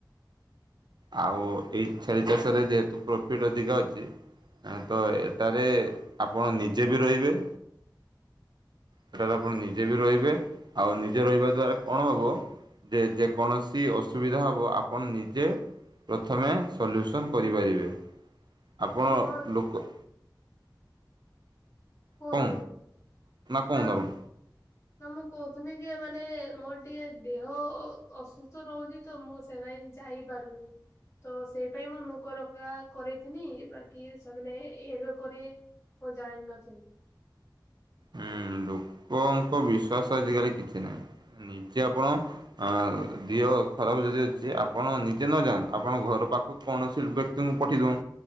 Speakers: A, on the right; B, on the left.
A: ଆଉ ଏଇ ଛେଳି ଚାଷରେ ଯେହେତୁ ପ୍ରଫିଟ ଅଧିକ ଅଛି। ତ ଏଠାରେ ଆପଣ ନିଜେ ବି ରହିବେ। ସେଠାରେ ଆପଣ ନିଜେ ବି ରହିବେ ଆଉ ନିଜେ ରହିବା ଦ୍ଵାରା କଣ ହବ। ଯେ ଯେକୌଣସି ଅସୁବିଧା ହବ ଆପଣ ନିଜେ ପ୍ରଥମେ ସଲ୍ୟୁସନ୍ କରିପାରିବେ ଆପଣ
B: ମୋ
A: ଲୋକ
B: କୁହନ୍ତୁ
A: କଣ
B: କୁହନ୍ତୁ
A: କୁହନ୍ତୁ
B: ନା।
A: ଆପଣ ହୁଁ
B: ତ ମୁଁ କହୁଥିଲି ଯେ ମାନେ ମୋର ଟିକେ ଦେହ ଅସୁସ୍ଥ ରହୁଛି। ତ ମୁଁ ସେମାନେ ଯାଇପାରୁନି। ତ ସେଇ ପାଇଁ ମୁଁ ମୁକ ରଖା କରରେଇିନି ବାକି ସେମାନେ ଏ କରି ମୁଁ ଜାଣିନଥିଲି।
A: ହୁଁ ଲୋକଙ୍କ ବିଶ୍ଵାସ ଆଜିକାଲି କିଛି ନାହିଁ ନିଜେ ଆପଣ ଅ ଦେହ ଖରାପ ଯଦି ଅଛି ଆପଣ ନିଜେ ନ ଯାଆ ଆପଣ ଘର ପାଖକୁ କୌଣସି ବ୍ୟକ୍ତିଙ୍କୁ ପଠେଇ ଦଉ